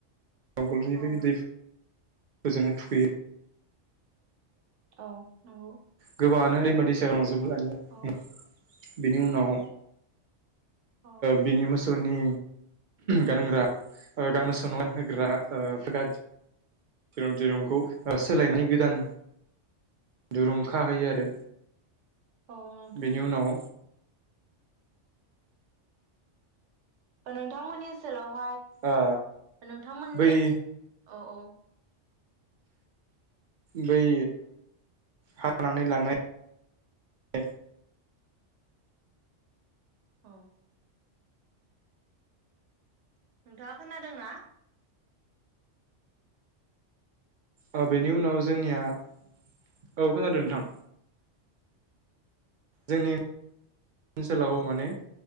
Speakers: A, on the right; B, on the right.
A: आवगोलनि
B: औ
A: <unintelligible> थुखैयो
B: औ नंगौ
A: गोबाङानो दैमा दैसा
B: औ
A: <unintelligible> बिनि उनाव
B: औ
A: बिनि मोसौनि गानग्रा <unintelligible> होग्रा <unintelligible> दिरुंखौ सोलायनाय गोदान दुरुं खाहोयो आरो
B: औ नोंथां
A: बेनि उनाव
B: नोंथांमोननि सोलाव
A: ओ
B: नोंथांमोननि
A: बै
B: औ औ
A: बै हानानै लानाय
B: औ नोंथाङा खोनादों ना?
A: औ बेनि उनाव जोंनिया औ खोनादों नोंथां जोंनि ओनसोलाव माने